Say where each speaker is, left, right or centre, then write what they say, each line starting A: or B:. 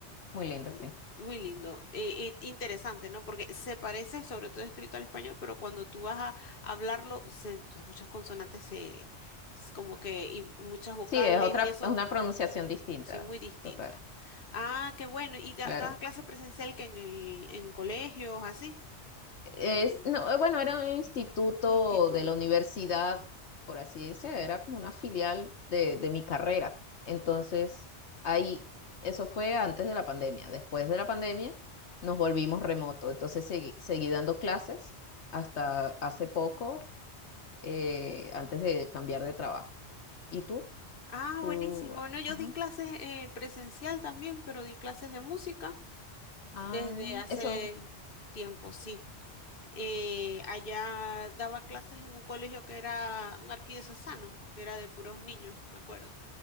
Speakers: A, on the left (about 75°); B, on the left (about 50°).
A: Muy lindo,
B: in-
A: sí.
B: muy lindo, eh, eh, interesante, ¿no? Porque se parece, sobre todo escrito al español, pero cuando tú vas a hablarlo, se, o sea, muchas consonantes se, s- como que, y muchas vocales
A: Sí, es otra,
B: y eso,
A: es una pronunciación
B: ujú,
A: distinta.
B: sí, muy distinta.
A: Total,
B: Ah, qué bueno, y da,
A: claro.
B: da clase presencial que en el, en colegios, así,
A: Es, no, eh, bueno, era un instituto
B: instituto.
A: de la universidad, por así decir, era como una filial de, de mi carrera. Entonces, ahí, eso fue antes de la pandemia. Después de la pandemia, nos volvimos remoto. Entonces, seguí, seguí dando clases hasta hace poco, eh, antes de cambiar de trabajo. ¿Y tú?
B: Ah,
A: ¿Tú?
B: buenísimo. No, yo
A: Ajá.
B: di clases eh, presencial también, pero di clases de música
A: Ah,
B: desde hace
A: eso,
B: tiempo, sí. Eh, allá daba clases en un colegio que era un arquidiocesano, que era de puros niños, me acuerdo.